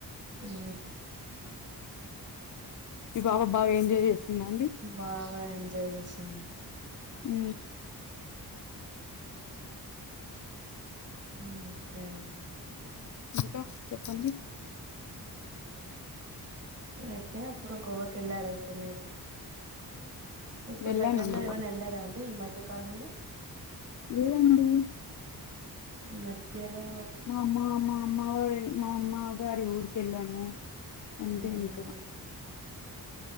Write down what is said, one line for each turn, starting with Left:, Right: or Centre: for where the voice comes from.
Right: ఊ.
Left: మీ బాబా బాగా ఎంజాయ్ చేసింద అండి.
Right: బాగా ఎంజాయ్ చేసింది.
Left: ఊ.
Right: ఊ <unintelligible>
Left: ఇంకా చెప్పండి.
Right: అయితే అప్పుడు గోవాకి వెళ్లారైతే మీరు. ఇప్పుడు
Left: వెళ్ళానండి
Right: దగ్గర్లో ఏమైనా వెళ్లారా అండి ఈ మధ్య కాలంలో.
Left: లేదండి.
Right: మధ్యలో.
Left: మా మా మా మావయ్య మా మా భార్య ఊరికి వెళ్ళాము అంతే
Right: మ్మ్
Left: ఇంక.